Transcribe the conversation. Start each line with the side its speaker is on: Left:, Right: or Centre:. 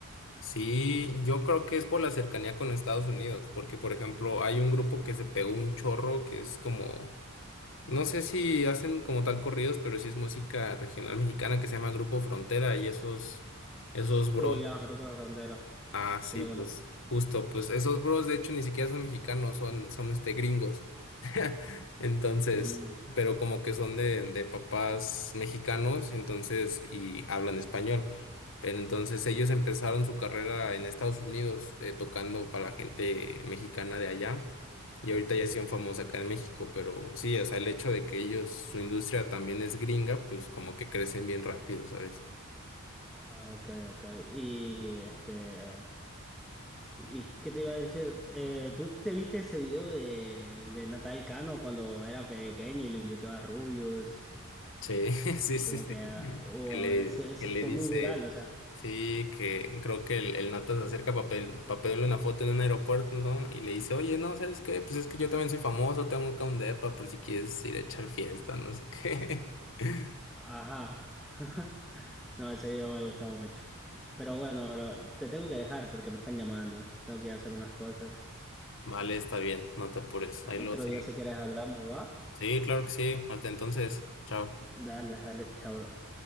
Left: Sí, yo creo que es por la cercanía con Estados Unidos, porque por ejemplo hay un grupo que se pegó un chorro que es como, no sé si hacen como tal corridos, pero sí es música regional mexicana que se llama Grupo Frontera y esos, esos bros
Centre: Uy, ya, grupo Los Ronderos,
Left: Ah, sí,
Centre: sí lo
Left: pues
Centre: conozco.
Left: justo, pues esos bros de hecho ni siquiera son mexicanos, son, son este gringos. <laughs> Entonces,
Centre: Mm.
Left: pero como que son de, de papás mexicanos, entonces, y hablan español. Pero entonces ellos empezaron su carrera en Estados Unidos, eh, tocando para la gente mexicana de allá. Y ahorita ya son famosos acá en México, pero sí, o sea, el hecho de que ellos, su industria también es gringa, pues como que crecen bien rápido, ¿sabes?
Centre: Ah, Ok, ok. Y este, ¿Y qué te iba a decir? Eh, ¿tú te viste ese video de, de Natal Cano cuando era pequeño y le invitó a Rubius?
Left: Sí, <laughs> sí, sí,
Centre: Como
Left: sí.
Centre: que, ah, oh,
Left: Que le,
Centre: a ver, ese, ese
Left: que le
Centre: fue
Left: dice,
Centre: muy viral, o sea,
Left: sí, que creo que el, el Nata se acerca para pedir- para pedirle una foto en un aeropuerto, ¿no? Y le dice, oye, no, ¿sabes qué? Pues es que yo también soy famoso, tengo acá un depa por si quieres ir a echar fiesta, no sé qué. <laughs>
Centre: ajá. <laughs> No, ese video me gustó mucho. Pero bueno, bro, te tengo que dejar porque me están llamando. Tengo que ir a hacer unas cosas.
Left: Vale, está bien, no te apures. Ahí
Centre: Otro
Left: luego sí.
Centre: día si quieres hablamos, ¿va?
Left: Sí, claro que sí. Hasta entonces, chao.
Centre: Dale, dale, chao, bro.